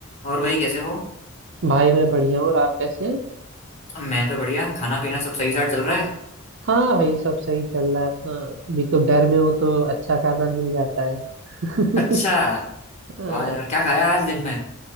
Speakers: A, on the left; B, on the right.
A: और भाई कैसे हो
B: भाई मैं बढ़िया हूँ और आप कैसे हैं
A: मैं तो बढ़िया खाना पीना सब सही साथ चल रहा है
B: हाँ भाई सब सही चल रहा है अपना भी तो घर में हूँ तो अच्छा खाना मिल जाता है <laughs>
A: अच्छा
B: हाँ,
A: वाह यार क्या खाया आज दिन में